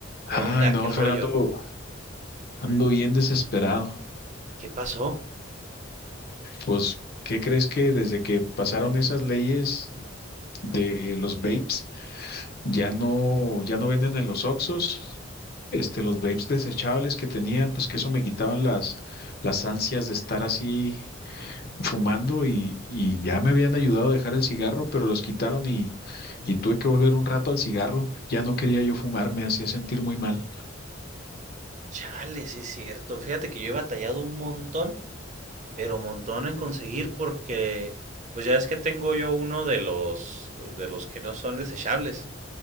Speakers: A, on the right; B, on the left.
A: ¿Qué
B: Ay,
A: onda?
B: no,
A: ¿Qué rollo?
B: Fernando, ando, ando bien desesperado.
A: ¿Qué pasó?
B: Pues, ¿qué crees que desde que pasaron esas leyes de los vapes, ya no, ya no venden en los Oxxos? Este, los vapes desechables que tenían, pues que eso me quitaban las, las ansias de estar así fumando y, y ya me habían ayudado a dejar el cigarro, pero los quitaron y, y tuve que volver un rato al cigarro. Ya no quería yo fumar, me hacía sentir muy mal.
A: Chale, sí es cierto. Fíjate que yo he batallado un montón, pero montón en conseguir porque, pues ya es que tengo yo uno de los, de los que no son desechables.